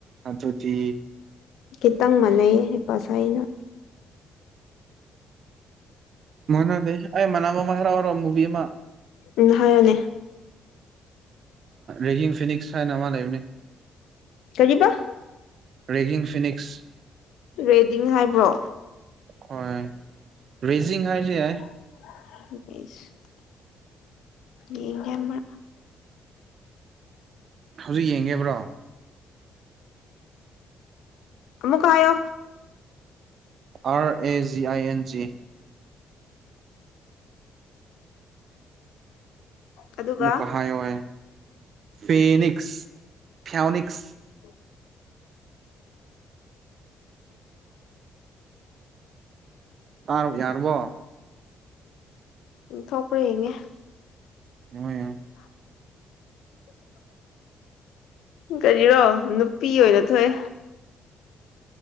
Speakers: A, on the right (about 60°); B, on the left (about 85°).
A: ꯑꯗꯨꯗꯤ
B: ꯈꯤꯇꯪ ꯃꯥꯟꯅꯩꯌꯦ ꯍꯥꯏꯄꯥ ꯁꯥꯢ ꯅꯪ
A: ꯃꯥꯟꯅꯗꯦ ꯑꯩ ꯃꯥꯟꯅꯕ ꯑꯃ ꯍꯥꯏꯔꯛꯎꯔꯣ ꯃꯨꯚꯤ ꯑꯃ
B: ꯎꯝ ꯍꯥꯏꯌꯣꯅꯦ
A: ꯔꯦꯒꯤꯡ ꯐꯤꯅꯤꯛꯁ ꯍꯥꯏꯅ ꯑꯃ ꯂꯩꯕꯅꯤ
B: ꯀꯔꯤꯕ
A: ꯔꯦꯖꯤꯡ ꯐꯤꯅꯤꯛꯁ
B: ꯔꯦꯗꯤꯡ ꯍꯥꯏꯕ꯭ꯔꯣ
A: ꯍꯣꯏ ꯕ꯭ꯔꯦꯖꯤꯡ ꯍꯥꯏꯔꯁꯨ ꯌꯥꯏ
B: <unintelligible> ꯌꯦꯡꯒꯦ ꯑꯃꯔꯛ
A: ꯍꯧꯖꯤꯛ ꯌꯦꯡꯒꯦꯕ꯭ꯔꯣ
B: ꯑꯃꯨꯝꯒ ꯍꯥꯢꯌꯣ
A: R A G I N G
B: ꯑꯗꯨꯒ
A: ꯃꯨꯀ ꯍꯥꯏꯥꯏꯣꯏ ꯐꯦꯅꯤꯛꯁ ꯐꯌꯥꯎꯅꯤꯛꯁ
B: <unintelligible>
A: ꯇꯥꯔꯕ ꯌꯥꯔꯕꯣ
B: ꯎꯝ ꯊꯣꯛꯄ꯭ꯔ ꯌꯦꯡꯉꯦ
A: ꯅꯨꯉꯥꯏꯌꯣ
B: ꯀꯔꯤꯔꯣ ꯅꯨꯄꯤ ꯑꯣꯏꯅ ꯊꯣꯛꯑꯦ